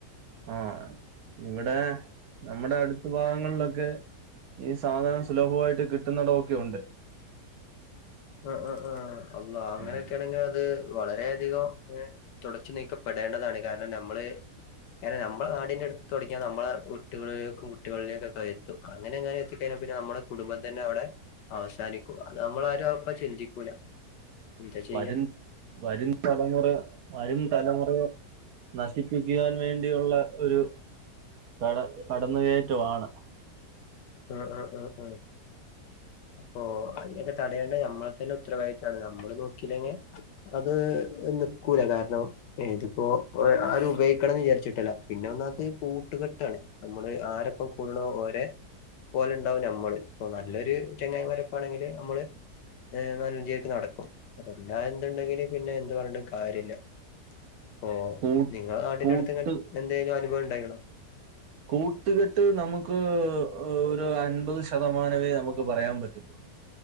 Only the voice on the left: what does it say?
ആഹ് ആഹ് ആഹ് അല്ലാഹ് അങ്ങനെയൊക്കെയാണെങ്കി
അത് വളരെ അധികം തുടച്ചു നീക്കപ്പെടേണ്ടതാണ് കാരണം നമ്മള് കാരണം നമ്മളെ നാടിന്റെ അടുത്ത് തുടങ്ങിയ നമ്മളെ വീട്ടുകളിലേക്കും കുട്ടികളിലേക്കൊക്കെ അയെത്തും അങ്ങനെയെങ്ങാനും എത്തിക്കഴിഞ്ഞാ പിന്നെ നമ്മടെ കുടുംബം തന്നെ അവടെ അവസാനിക്കും അത് നമ്മളാരു അ പ്പൊ ചിന്തിക്കൂല എന്താ ചെയ്യാ
മ് മ് മ് അപ്പോ അതിനൊക്കെ തടയേണ്ട നമ്മള ന്റെ ഉത്തരവാദിത്താണ് നമ്മള് നോക്കീലെങ്കി അത് നിക്കൂല കാരണം ഇതിപ്പോ ആരും ഉപയോഗിക്കണംന്ന് വിചാരിച്ചിട്ടല്ല പിന്നെ ഒന്നാമത്തെ കൂട്ടുകെട്ടാണ് നമ്മള് ആരൊപ്പം കൂടണോ ഓരെ പോലെ ഉണ്ടാവും നമ്മള് ഇപ്പൊ നല്ലൊരു ചെങ്ങായിമാരൊക്കാണെങ്കില് നമ്മള് ഏതായാലും <unintelligible> നടക്കും അപ്പൊ പിന്നെ എന്തുണ്ടെങ്കിലും പിന്നെ എന്ത് പറഞ്ഞിട്ടും കാര്യമില്ല ഇപ്പോ
നിങ്ങളെ നാടിന്റെടുത്തൊക്കെ
എന്തേലും അനുഭവണ്ടായിക്ക്ണോ